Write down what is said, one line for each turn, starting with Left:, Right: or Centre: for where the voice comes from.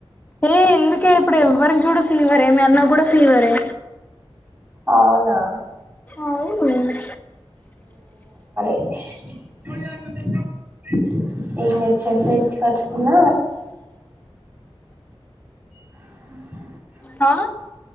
Left: ఏ ఎందుకే ఇప్పుడు ఎవ్వరికి చూడు ఫీవరే మీ అన్న కూడా ఫీవరే
Right: అవునా?
Left: అవును
Right: ఏ అశ్విని కోడెక్కడి నుంచి తెచ్చావ్ ఏం లేదు చెక్ చేయపీచు కోచుకున్న బస్సు సౌండ్
Left: హా